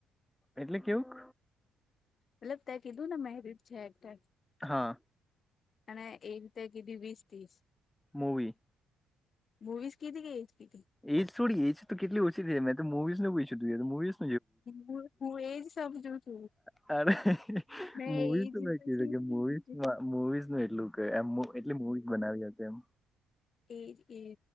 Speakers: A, in the centre; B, on the left.
A: એટલે કેવુંક
B: મતલબ તં કીધું ને મેરીડ છે. એટલે
A: હા.
B: અને એક રીતે કીધી વીસ ત્રીસ
A: મૂવી.
B: મુવીસ કે કે કીધી
A: એજ થોડી એજ તો કેટલી ઓછી થઈ મેં તો મુવીઝને પૂછ્યુંધું તો મવીઝ
B: હું હું એજ સમજું છું.
A: હડ
B: મેં
A: મૂવીસ
B: એજ
A: મવી
B: પછી નહી
A: મૂવીસ એમ એટલી મુવી બનાવી હ હતી એમ.
B: એજ એજ